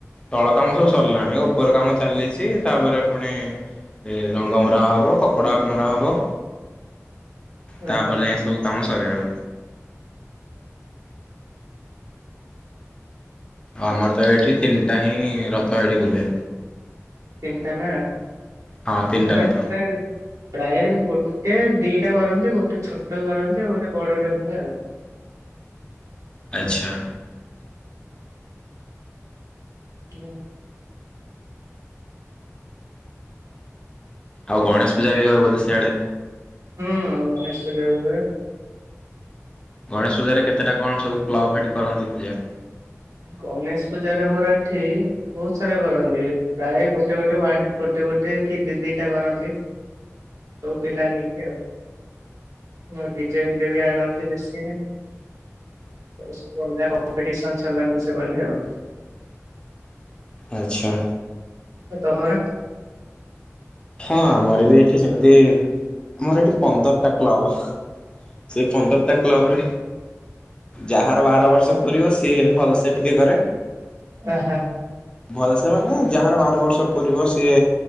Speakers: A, on the left (about 20°); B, on the right (about 80°).
A: ତଳ କାମ ସବୁ ସରିଲାଣି ଉପର କାମ ଚାଲିଚି ତାପରେ ପୁଣି ରଙ୍ଗ ମରାହବ କପଡ଼ା ମରାହବ। ତାପରେ
B: ଓହୋ
A: ଯାଇଁ ସବୁ କାମ ସରିବ। ଆଉ ଆମରତ ଏଇଠି ତିନିଟାହିଁ ରଥ ଏଠି ବୁଲେ।
B: ତିନିଟାନା
A: ହଁ ତିନିଟା
B: ଆମର
A: ରଥ।
B: ଏଠି ପ୍ରାୟେ ପ୍ରାୟ ଗୋଟେ ଦିଟା କରନ୍ତି ଗୋଟେ ଛୋଟ କରନ୍ତି ଆଉ ଗୋଟେ ବଡ଼ଟେ ହୁଏ ଆଉ।
A: ଆଚ୍ଛା।
B: ହୁଁ।
A: ଆଉ ଗଣେଶ ପୂଜା ବି ହୁଏ ବଧେ ଶିଆଡେ।
B: ହୁଁ ଗଣେଶ ପୂଜା ବି ହୁଏ।
A: ଗଣେଶ ପୂଜାରେ କେତେଟା କଣ ସବୁ କ୍ଲବ୍ ହେଇଠି କରନ୍ତି ପୂଜା
B: ଗଣେଶ ପୂଜାରେ ଆମର ଏଠି ବହୁତ ସାରା କରନ୍ତି ପ୍ରାୟ ଗୋଟେ ଗୋଟେ ୱାର୍ଡରେ ଗୋଟେ ଗୋଟେ କି ଦି ଦିଟା କରନ୍ତି। ସବୁ ପିଲା ନେଇକି ଆଉ ଆ ଡିଜେ ଫିଜେ ବି ଆଣନ୍ତି ବେଶି ସବୁ ଆଡୁ ବନ୍ କମ୍ପିଟିସନ ଚଲାନ୍ତି ସେ ଗଲେ ଆଉ।
A: ଆଚ୍ଛା।
B: ତମର?
A: ହଁ ଆମର ବି ଏଠି ସେମିତି ଆମର ଏଠି ପନ୍ଦରଟା କ୍ଲବ ହ। ସେ ପନ୍ଦର ଟା କ୍ଲବରେ ଯାହାର ବାର ବର୍ଷ ପୁରିବ ସିଏ ଭଲସେ ଟିକେ କରେ।
B: ଓହୋ।
A: ଭଲ ସେ ମାନେ ଯାହାର ବାର ବର୍ଷ ପୂରିବ ସିଏ